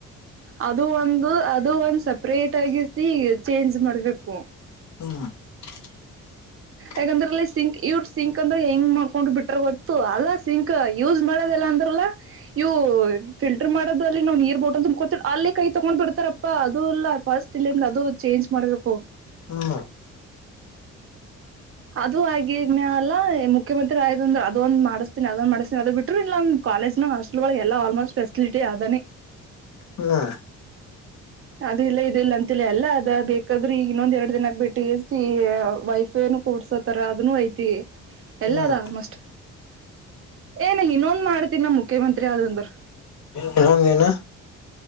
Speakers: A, on the right (about 45°); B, on the left (about 65°).
A: ಅದು ಒಂದು ಅದು ಒಂದು ಸಪ್ರೇಟ್ ಆಗಿಸಿ ಚೇಂಜ್ ಮಾಡ್ಬೇಕು
B: ಹ್ಮ <inaudible>
A: ಯಾಕಂದ್ರಲ್ಲಿ ಸಿಂಕ್ ಇವ್ರ ಸಿಂಕ್ ಅಂದ್ರೆ ಹೆಂಗ ಮಾಡ್ಕೊಂಡ್ ಬಿಟ್ರ ಗೊತ್ತು ಅಲ್ಲ ಸಿಂಕ್ ಯೂಸ್ ಮಾಡದಲ್ಲ ಅಂದ್ರೆ ಇವು ಫಿಲ್ಟರ್ ಮಾಡೋಲ್ಲಿ ನವು ನೀರ ಬೋಟಲ್ ತುಂಬಕತವಿ ಅಲ್ಲಿ ಕೈ ತಕ್ಕೊಂಡು ಬಿಡ್ತಾರಪ್ಪಾ ಅದು ಇಲ್ಲ ಫಸ್ಟ್ ಇಲ್ಲಿಂದ ಅದು ಚೇಂಜ್ ಮಾಡ್ಬೇಕು.
B: ಹ್ಮ
A: ಅದು ಆಗಿದ್ಯ ಅಲ್ಲ ಮುಖ್ಯಮಂತ್ರಿ ಆಯ ಅಂದ್ರ ಅದೊಂದ್ ಮಾಡಿಸ್ತನಿ ಅದೊಂದ ಮಾಡಿಸ್ತನಿ ಅದ್ ಬಿಟ್ರರು ಇಲ್ಲ ಕಾಲೇಜ್ ನ ಹಾಸ್ಟಲ್ ಳ ಎಲ್ಲ ಆಲ್ಮೋಸ್ಟ ಪೆಸಿಲಿಟಿ ಅದನಿ
B: ಹಾ
A: ಅದ ಇಲ್ಲ ಇದ ಇಲ್ಲ ಅಂತಿಲ್ಲ ಎಲ್ಲ ಅದ ಬೇಕಾದ್ರೆ ಈಗ ಇನ್ನೊಂದ ಎರಡ ದಿನಕ ಬಿಟ್ಟು ವೈ ಫೈ ನು ಕೋಡ್ಸೋತರ ಅದನುೂ ಐತಿ ಎಲ್ಲ
B: ಹ್ಮ್
A: ಅದ ಆಲ್ಮೋಸ್ಟ್ ಏನ್ ಇನ್ನೊಂದ ಮಾಡ್ತನ ನಮ ಮುಖ್ಯಮಂತ್ರಿ ಆದಂದ್ರ.
B: ಇನ್ನೊಂದು ಏನೂ